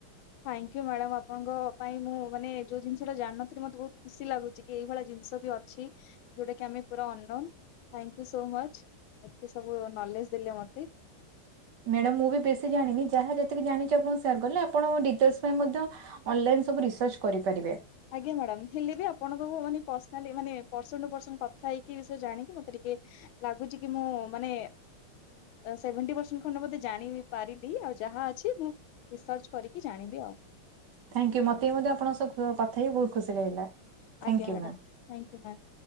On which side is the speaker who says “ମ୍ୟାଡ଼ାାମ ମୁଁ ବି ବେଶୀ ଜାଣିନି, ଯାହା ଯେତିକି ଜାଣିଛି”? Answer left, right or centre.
Right